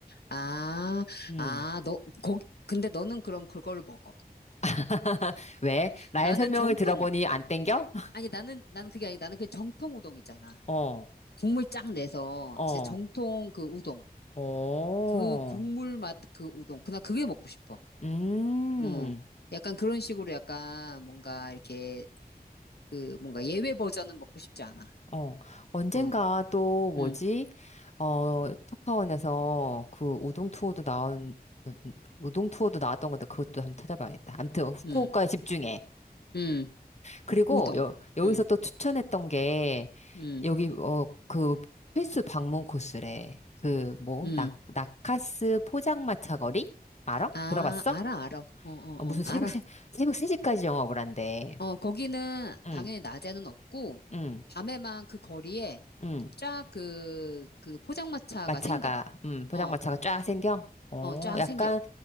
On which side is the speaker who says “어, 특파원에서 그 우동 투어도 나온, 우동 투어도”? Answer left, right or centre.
Left